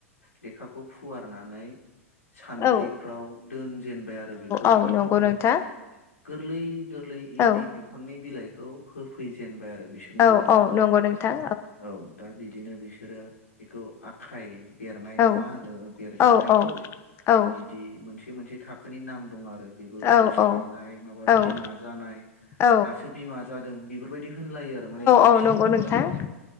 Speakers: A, on the left; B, on the left.
A: लेखाखौ फुवारनानै सान्द्रिफ्राव
B: औ
A: दोनजेनबाय आरो बेखौ
B: औ
A: बिनि
B: नंगौ
A: थाखाय
B: नोंथां।
A: गोरलै -गोरलै
B: औ
A: इन्दि बिफांनि बिलाइखौ होफैजेनबाय आरो। बिसोरनो
B: औ
A: जानो
B: औ
A: थाखाय।
B: नंगौ नोंथां
A: औ दा बिदिनो बिसोरो बेखौ आखाय बेरनाय
B: औ
A: ना मा होनो। बेरजेननायखौ
B: औ औ
A: बिदि मोनसे मोनसे थाखोनि नाम दं आरो। बेबो
B: औ
A: गुस्लायनाय, माबा
B: औ
A: बिमा
B: औ
A: जानाय
B: औ
A: दासो बिमा जादों बेफोरबायदि बिदि होनलायो आरो। माने एम्फौ
B: औ
A: फिसिग्राफ्रा
B: नंगौ नोंथां
A: औ